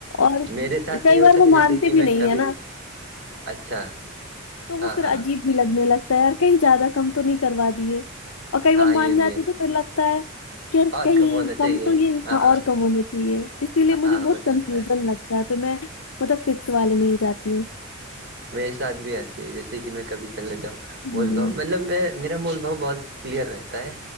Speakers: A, on the left; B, on the right.
A: اور
B: میرے ساتھ
A: کئی
B: یہ
A: بار
B: ہوتا
A: وہ
B: ہے نا جیسے
A: مانتے
B: کہ میں
A: بھی نہیں
B: کبھی
A: ہے نا
B: اچھا
A: تو وہ
B: ہاں
A: پھر
B: ہاں
A: عجیب بھی لگنے لگتا ہے اور کہیں زیادہ کم تو نہیں کروا دیے اور کئی بار
B: ہاں
A: مان
B: یہ بھی
A: جاتے
B: ہے
A: تھ پھر لگ تو
B: اور
A: کہیں
B: ہونا
A: کم
B: چاہیے
A: تو یہ
B: ہاں
A: ہ اور کم ہونا چاہیے اسی لیے مجھے
B: ہاں
A: بہت
B: ہو جاتا
A: کنفیوژن
B: ہے
A: لگتا تو میں مطلب پکس والے میں ہی جاتی ہوں
B: میرے ساتھ بھی ایسی ہے جیسے کہ میں کبھی چلنے جاؤں مول
A: ہوں
B: بھؤ مطلب میرا مول بھؤ بہت کلیئر رہتا ہے